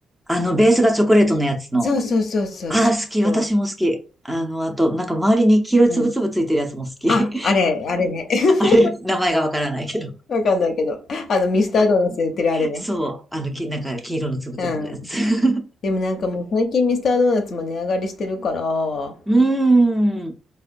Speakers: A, in the centre; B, on the left.
A: あの、ベースがチョコレートのやつの。
B: そうそうそうそうそうそ
A: ああ、好き。私も好き。あの、あと、なんか周りに黄色いつぶつぶついてるやつも好き。
B: う。うん。あ、あれ、あれね。<laughs>
A: <laughs> あれ、名前がわからないけど。
B: わかんないけど。あの、ミスタードーナツで売ってるあれね。
A: そう。あの、き、なんか黄色のつぶつぶのやつ。
B: うん。
A: <laughs>
B: でもなんかもう最近ミスタードーナツも値上がりしてるから、な
A: うーん。